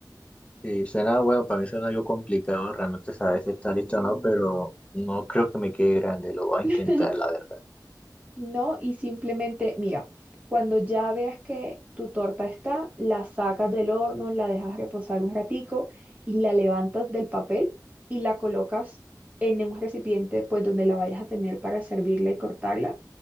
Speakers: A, on the left; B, on the right.
A: Y suena, bueno, para mí suena algo complicado realmente saber si está lista o no, pero no creo que me quede grande, lo voy
B: <laughs>
A: a intentar, la verdad.
B: No, y simplemente, mira, cuando ya veas que tu torta está, la sacas del horno, la dejas reposar un ratico y la levantas del papel y la colocas en un recipiente, pues donde la vayas a tener para servirla y cortarla.